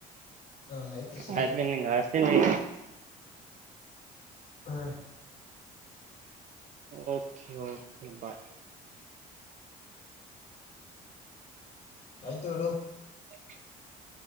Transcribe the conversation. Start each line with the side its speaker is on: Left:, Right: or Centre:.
Left: ಹಾ ಆಯ್ತು ಸರಿ
Right: ಆಯ್ತ್ಲಿ ನಿಂಗ ಹಾಸ್ತೀನಿ ಲೇ
Left: ಹಾ
Right: ಓಕೆ ಓಕೆ ಬಾಯ್
Left: ಆಯ್ತು ಬಿಡು
Right: <inaudible>